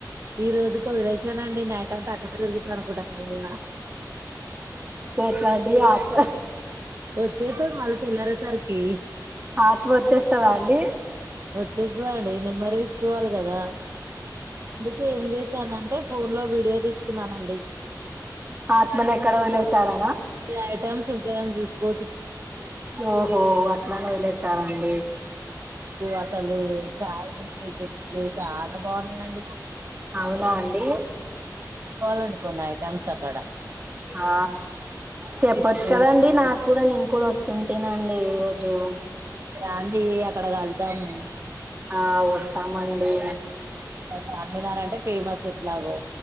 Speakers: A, on the right; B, on the right.
A: ఈ రోజు వదిలేసానండి నైట్ అంతా అక్కడ తిరుగుతా అనుకుంటా
B: లాంటిడి ఆప
A: వచ్చేసా మరి తెల్లారేసరికి
B: ఆత్మ వచ్చేస్తదా అండి
A: వచ్చేసి వడి నేమరేసుకోవాలి కదా అందుకే ఏం చేశానంటే ఫోన్ లో వీడియో తీసుకున్నానండి
B: ఆత్మను ఎక్కడ వదిలేశారనా
A: ఏ ఐటెమ్స్ ఉంటాయని చూస్కు
B: ఓహోహో అట్లానే వదిలేసారా అ
A: అసలు కాయ నువ్వు చాలా బాగున్నాండి
B: అవునా అండి
A: పాలంకోన్నా ఐటమ్స అక్కడ
B: ఆ చెప్పొచ్చు
A: ఫిష్ వేపుడు
B: కదండి నాకు కూడా నేను కూడా వస్తు తుంటినండి ఈ రోజు జు
A: రాండి అక్కడ కలుద్దాము
B: ఆ వస్తామా అండి
A: చార్మినార్ అంటే ఫేమస్ ఎట్లాగో